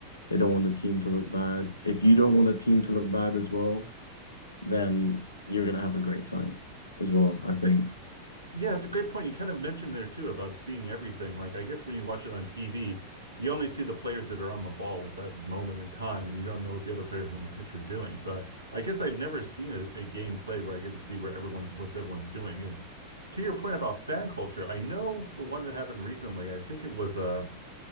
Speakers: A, on the left (about 75°); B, on the right (about 80°).
A: They don't want the team to look bad. If you don't want the team to look bad as well, then you're going to have a great time as well, I think.
B: It's a Yeah, it's a great point. You kind of mentioned there too about seeing everything. Like, I guess when you watch it on TV, you only see the players that are on the ball at that moment in time, and you don't know what the other players on the pitch are doing. So I, I guess I've never seen a, a game played where I get to see where everyone, what's everyone's doing. And to your point about fan culture, I know the one that happened recently. I think it was uh,